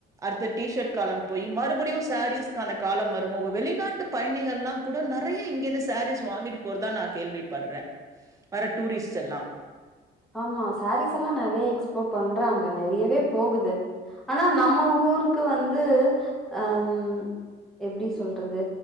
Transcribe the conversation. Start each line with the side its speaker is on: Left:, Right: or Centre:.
Right: அடுத்த டிஷர்ட் காலம் போயி மறுபுடியு சாரீஸ்கான காலம் வருமோ வெளிநாட்டு பயணிகள்லா கூட நெறைய இங்கேருந்து சாரீஸ் வாங்கிட்டு போறதா நா கேள்வி பட்ற வர டூரிஸ்ட்சேல்லா
Centre: ஆமா சாரீஸ்சல்லா நெறைய எக்ஸ்போர்ட் பண்றாங்க நெறையவே போகுது ஆனா நம்ம ஊருக்கு வந்து அம் எப்டி சொல்றது